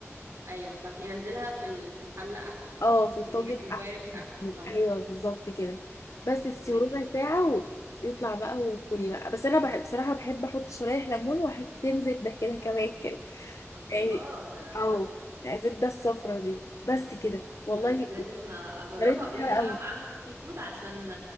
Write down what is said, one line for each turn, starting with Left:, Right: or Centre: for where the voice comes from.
Right: ايوه صح ينزلها في ال... في الحله احسن
Left: اه في الطاجن
Right: هي في البايركس
Left: احسن
Right: احسن اه
Left: ايوه بالظبط كده بس تسيبي
Right: ماشي
Left: ربع ساعه ويطلع بقى وكلي بقى بس انا بحب بصراحه بحب احط شرايح ليمون وحتتين زبده كده كمان كده
Right: الله
Left: يعني
Right: ده
Left: او
Right: تحفة
Left: الزبده الصفرا دي بس كده والله
Right: خلاص لازم اجربها
Left: طريقتي
Right: قولي
Left: سهله
Right: لي بقى
Left: قوي
Right: معاها السي فود عشان